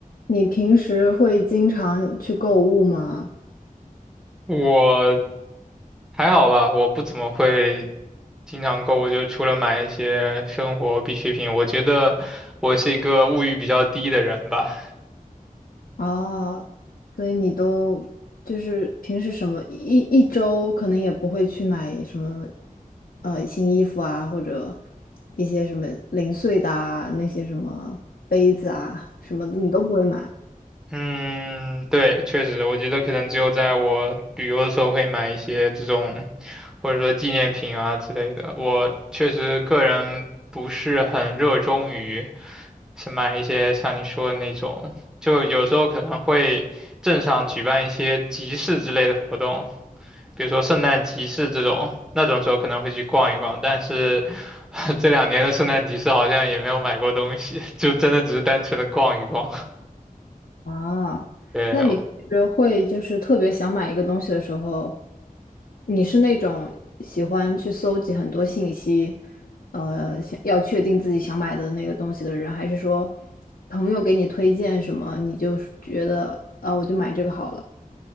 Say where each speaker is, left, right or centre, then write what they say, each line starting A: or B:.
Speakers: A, on the left; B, in the centre.
A: 你平时会经常去购物吗？
B: 我还好吧，我不怎么会经常购物，就除了买一些生活必需品，我觉得我是一个物欲比较低的人吧。
A: 哦，所以你都就是平时什么一一周可能也不会去买什么呃新衣服啊，或者一些什么零碎的啊，那些什么杯子啊什么的，你都不会买。
B: 嗯，对，确实，我觉得可能只有在我旅游的时候会买一些这种，或者说纪念品啊之类的。我确实个人不是很热衷于是买一些像你说的那种，就有时候可能会镇上举办一些集市之类的活动。比如说圣诞集市这种，那种时候可能会去逛一逛，但是 <laughs> 这两年的圣诞集市好像也没有买过东西，就真的只是单纯的逛一逛。<laughs>
A: 啊，
B: 对，
A: 那你平时会就是特别想买一个东西的时候，你是那种喜欢去搜集很多信息，呃，想要确定自己想买的那个东西的人，还是说朋友给你推荐什么，你就觉得啊，我就买这个好了？